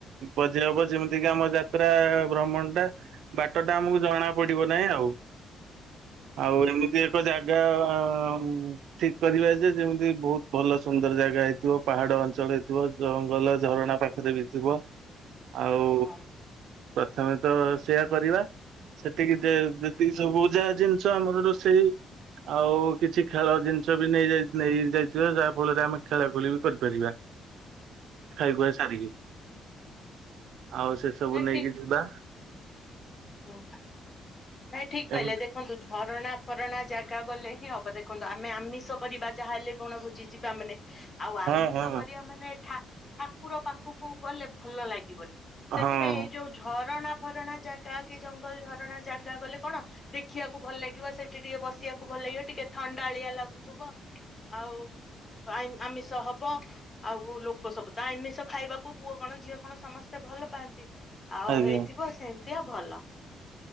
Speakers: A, on the right; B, on the left.
A: ମଝିରେ ହବ ଯେମିତି କିି ଆମ ଯାତ୍ରା ଭ୍ରମଣ ଟା ବାଟ ଟା ଆମକୁ ଜଣା ପଡିବ ନାଇଁ ଆଉ। ଆଉ ଏମିତି ତୋ ଜାଗା ଗା ଠିକ୍ କରିବା ଯେ ଯେମିତି ବୋହୁତ ଭଲ ସୁନ୍ଦର ଜାଗା ହେଇଥିବ। ପାହାଡ ଅଞ୍ଚଳ ହେଇଥିବ ଜଙ୍ଗଲ ଝରଣା ପାଖରେ ବି ଥିବ। ଆଉ
B: ହୁଁ
A: ତମେ ତ ସେୟା କରିବା। ସେତିକି ଯେ ଯେତିକି ସବୁ ଯା ଜିନିଷ ଆମର ରୋଷେଇ ଆଉ କିଛି ଖେଳ ଜିନିଷ ବି ନେଇ ଯାଇ ନେଇ ଯାଇଥିବା ଯାହା ଫଳରେ ଆମେ ଖେଳାଖୁଳି ବି କରିପାରିବା। ଖାଇ ଖୁଆ ସାରିକି। ଆଉ ସେ ସବୁ
B: ହୁଁ
A: ନେଇକି ଯିବା।
B: ହୁଁ ନାଇଁ ଠି୍କ କହିଲେ
A: ଏମତି
B: ଦେଖନ୍ତୁ ଝର ଣା ଫରଣା ଜାଗା ଗଲେ ହିଁ ହବ ଦେଖନ୍ତୁ। ଆମେ ଆମିଷ କରିବା ଯାହାହଲେ ବଣ ଭୋଜି ଯିବା ମାନେ ଆଉ
A: ହଁ
B: ଆମିଷ
A: ହଁ
B: କରିବା ମାନେ ଠା ଠାକୁର ପାଖକୁ ଗଲେ ଭଲ ଲାଗିବନି। ସେଥିପାଇଁ
A: ହଁ
B: ଏଇ ଯୋଉ ଝରଣା ଝରଣା ଜାଗା କି ଜଙ୍ଗଲ ଝରଣା ଜାଗ ଗଲେ କଣ ଦେଖିବାକୁ ଭଲ ଲାଗିବ ସେଠି ଟିକେ ବସିବାକୁ ଭଲ ଲାଗିବ ଟିକେ ଥଣ୍ଡ ଡାଳିଆ ଲାଗୁଥିବ ଆଉ ଆମି ଆମିଷ ହବ ଆଉ ଲୋକ ସବୁ ତ ଆମିଷ ଖାଇବାକୁ ପୁଅ କଣ ଝିଅ କଣ ସମସ୍ତେ ଭଲ ପାଆନ୍ତି। ଆଉ
A: ଆଜ୍ଞା
B: ହେଇଥିବ ସେ ଭଲ।